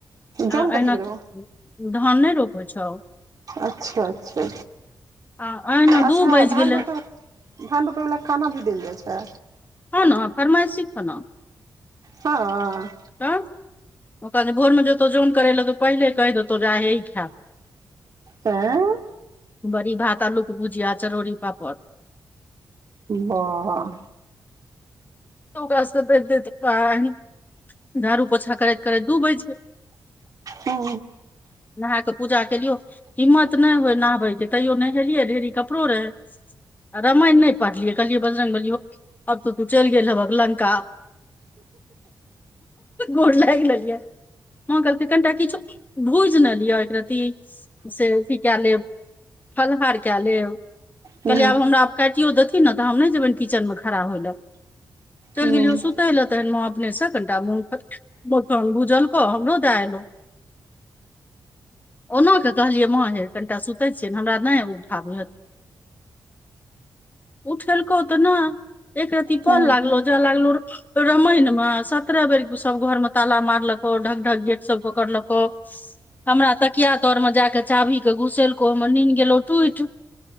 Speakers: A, on the right; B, on the left.
A: जौन
B: आ
A: कथी
B: एना
A: के रहौ
B: क धान नहि रोपै छौ
A: अच्छा अच्छा
B: आ अहिना
A: अच्छा
B: दू बाजि
A: धान
B: गेलै
A: बटर धान रोपयवला क खाना भी देल जाइ छै
B: हन फरमाइशी खन
A: हँ
B: तऽ ओक जे भोरमे जतौ जन करे ले तो पहिले कहि देतौ जा हे ई खा
A: आँ
B: बड़ी भात आलूके भुजिया चरौरी पापड़
A: वाह
B: <unintelligible> झाड़ू पोछा करैत करैत दु बैज गेलै
A: हू
B: नहा क पूजा केलियो हिम्मत नहि होए नहबैके तैयो नहेलियै ढेरी कपड़ो रहै रामायण नहि पढ़लियै कहलिय बजरंगबली हो अब तऽ तू चल गेल हेब लंका गोर लागि लेलियै माँ कहलथि कनिटा किछु भूजि ने लिअ एक रति से अथी कए लेब फलहार कए लेब
A: हूँ
B: कहलियै आब हमरा आब काटियो देथिन ने तऽ हम नहि जेबैनि किचनमे खड़ा होय लए चलि
A: हूँ
B: गेलियो सुतय लए तहन माँ अपनेसँ कनिटा मखान भूजलकौ हमरो दए एलहु <unintelligible> ओना कऽ कहलियै माँ हे कनिटा सुतै छियैनि हमरा नहि उठाबि हत उठेलकौ तऽ नहि एक रति कल
A: हूँ
B: लागलो ज‌ए लागलो र रामायण मे सत्रह बेर सब घर मे ताला मारलको ढक ढक गेट सब क कड़लको हमरा तकिया तर मे जाक चाभी के घुसेलको हमर नीन गेलो टूटि